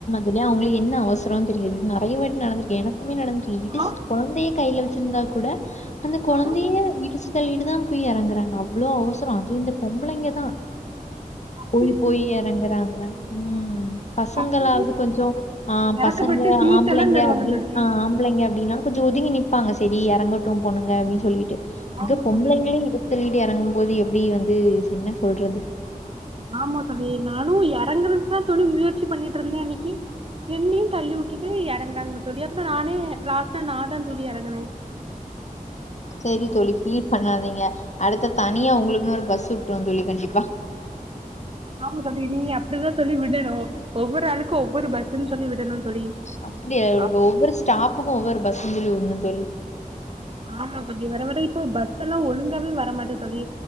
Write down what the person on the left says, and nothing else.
இது அவங்களுக்கு என்ன அவசரம்னு தெரியாது நெறையவாட்டி நடந்திருக் ஏன்னா எனக்குமே நடந்து இருக் இடிச்சி
கொழந்தைய கையில வச்சிருந்தா கூட அந்த கொழந்தைய
இடிச்சி தள்ளிட்டு தா போய் எறங்குறாங்க அவ்ளோ அவசரோ அதுவு இந்த பொம்பளைங்க தா போய்
போய் எறங்குறாங்க ம் பசங்களாவது
கொஞ்சோ அ
பசங்க
ஆம்பளைங்க
அப்டின்
அ ஆம்பளைங்க அப்டின்னா கொஞ்சோ ஒதுங்கி நிப்பாங்க சரி எறங்கட்டு பொண்ணுங்க அப்டின்னு சொல்லிட்டு அந்த
பொம்பளைங்களே
இடிச்சுதள்ளிட்டு எறங்கு போது எப்டி வந்து என்ன சொல்றது
செரி தோழி ஃபீல் பண்ணாதீங்க அடுத்த தனியா உங்களுக்குன்னு ஒரு பஸ்ஸு விட்ருவொ தோழி கண்டிப்பா
அப்பிடியா
ஒவ்வொரு ஸ்டாப்புக்கு ஒவ்வொரு பஸ்ஸுனு சொல்லி வுட்னு தோழி